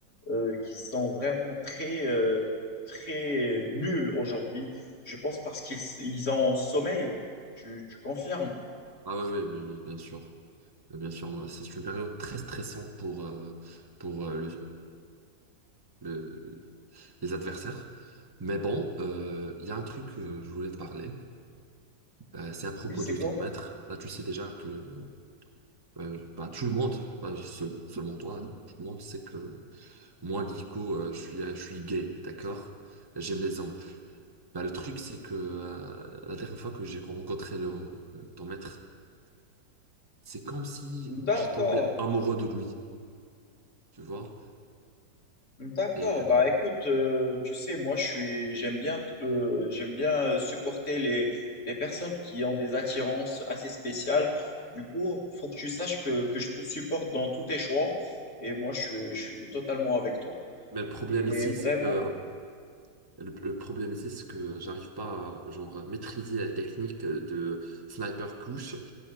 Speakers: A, on the left; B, on the right.
A: euh, qui sont vraiment très, euh, très nuls aujourd'hui. Je pense parce qu'ils ils ont sommeil. Tu, tu confirmes?
B: Ah ouais, ouais, oui, oui, bien sûr. Euh, Bien sûr, moi, c'est une période très stressante pour, euh, pour euh, le, le- les adversaires. Mais bon, euh, il y a un truc que je voulais te parler. Euh, c'est à propos
A: Oui, c'est
B: de
A: quoi?
B: ton maître. Là, tu sais déjà que euh, bah, tout le monde, pas seul- seulement toi, tout le monde sait que Moi, Guico, euh, je suis, euh, je suis gay, d'accord? J'aime les hommes. Bah, le truc, c'est que euh, la dernière fois que j'ai rencontré le, euh, ton maître, c'est comme si
A: D'accord.
B: j'ai tombé amoureux de lui, tu vois?
A: D'accord,
B: Et, euh,
A: bah écoute, euh, tu sais, moi je suis, j'aime bien, euh, j'aime bien euh, supporter les, les personnes qui ont des attirances assez spéciales. Du coup, faut que tu saches que, que je te supporte dans tous tes choix et moi je suis, je suis totalement avec toi.
B: mais le problème
A: Et
B: ici,
A: vraiment,
B: c'est que le, le problème ici, c'est que j'arrive pas à genre, à maîtriser la technique de sniper couche